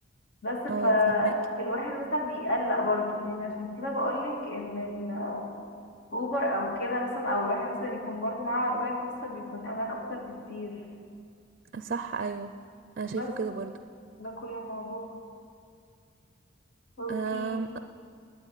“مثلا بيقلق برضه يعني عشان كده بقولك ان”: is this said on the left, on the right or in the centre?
Left